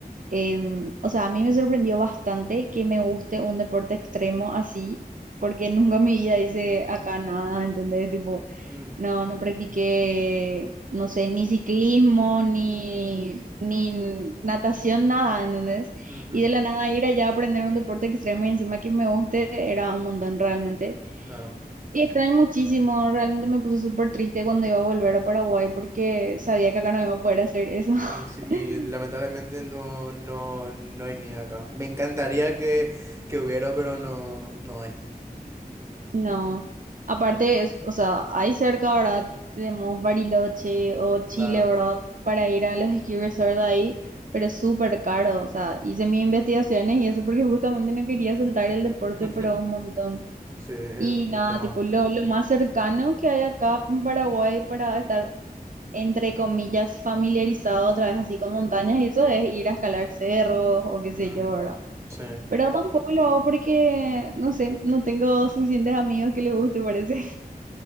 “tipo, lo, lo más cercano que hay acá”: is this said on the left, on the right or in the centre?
Right